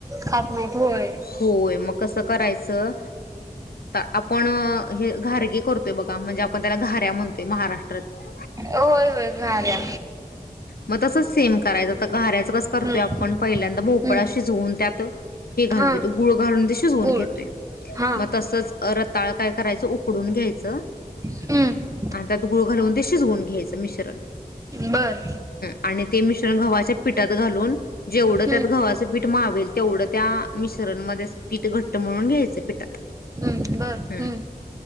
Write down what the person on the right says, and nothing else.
खात नाहीत होय
होय होय घाऱ्या
हम्म
हम्म
हा
गुळ
हा
हम्म
बर
हम्म
हम्म बर
हम्म